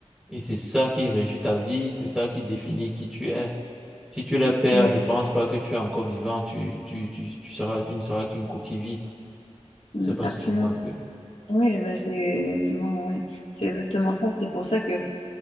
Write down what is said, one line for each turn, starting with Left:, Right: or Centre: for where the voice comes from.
Centre: Et c'est ça qui régit ta vie, c'est ça qui définit qui tu es. Si tu les perds,
Left: Oui,
Centre: je pense pas que tu es encore vivant, tu, tu, tu, tu seras, tu ne seras qu'une coquille vide.
Left: Mm,
Centre: Je sais pas
Left: absolument.
Centre: si tu me vois un peu.
Left: Oui, mais c'est exactement, oui. C'est exactement ça. C'est pour ça que, euh,